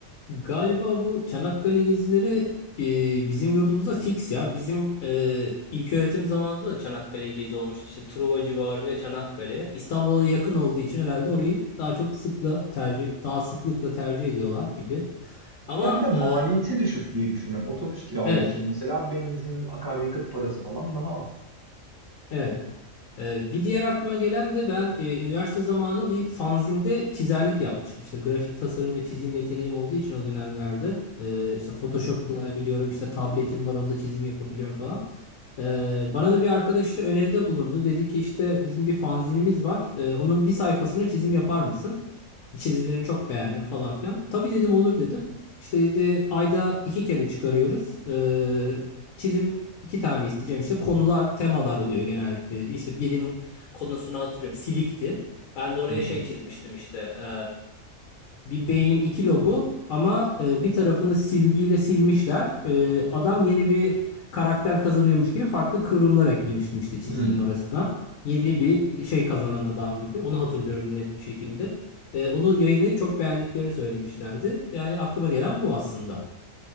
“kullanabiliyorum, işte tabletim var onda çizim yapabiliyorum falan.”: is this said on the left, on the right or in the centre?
Left